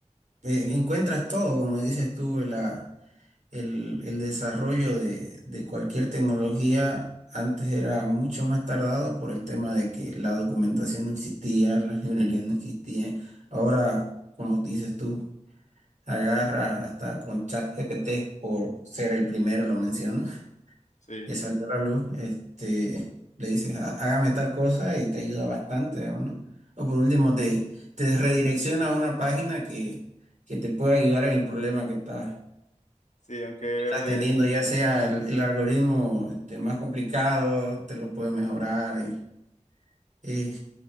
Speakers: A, on the right (about 70°); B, on the left (about 70°).
A: eh, encuentras todo, como dices tú, la, el, el desarrollo de, de cualquier tecnología antes era mucho más tardado por el tema de que la documentación no existía, las <laughs> librerías no existían. Ahora, como dices tú, agarras hasta con ChatGPT por ser el primero, lo menciono
B: Sí,
A: que salió a la luz, este, le dices, "Há- hágame tal cosa y te ayuda bastante, digamos, ¿no? O por último,
B: sí.
A: te, te redirecciona a una página que, que te puede ayudar en el problema que estás,
B: Sí, aunque
A: que estás
B: redir-
A: teniendo, ya sea el, el algoritmo este, más complicado, te lo puede mejorar. y- y-